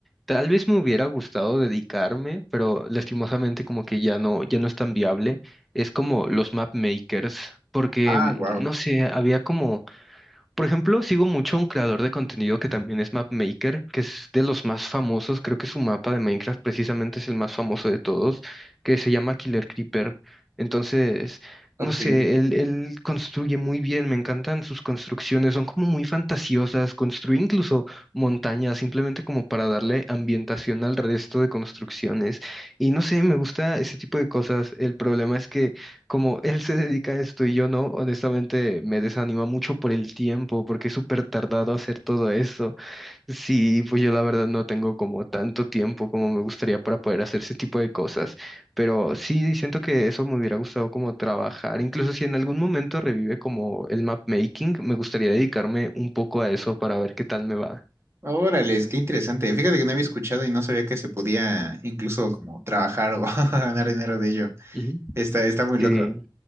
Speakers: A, in the centre; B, on the right.
A: tal vez me hubiera gustado dedicarme, pero lastimosamente como que ya no, ya no es tan viable, es como los map makers, porque
B: Ah,
A: mm,
B: wow.
A: no sé, había como por ejemplo, sigo mucho a un creador de contenido que también es Mapmaker, que es de los más famosos. Creo que su mapa de Minecraft precisamente es el más famoso de todos, que se llama Killer Creeper. Entonces,
B: Ok.
A: no sé, él, él construye muy bien, me encantan sus construcciones, son como muy fantasiosas. Construye incluso montañas, simplemente como para darle ambientación al resto de construcciones. Y no sé, me gusta ese tipo de cosas. El problema es que como él se dedica a esto y yo no, honestamente me desanima mucho por el tiempo, porque es súper tardado hacer todo eso. Sí, pues yo la verdad no tengo como tanto tiempo como me gustaría para poder hacer ese tipo de cosas, pero sí siento que eso me hubiera gustado como trabajar. Incluso si en algún momento revive como el map making, me gustaría dedicarme un poco a eso para ver qué tal me va.
B: Órale, es que interesante. Fíjate que no había escuchado y no sabía que se podía incluso como trabajar o <laughs> ganar dinero de ello.
A: Ujú.
B: Está, está muy loco.
A: Sí,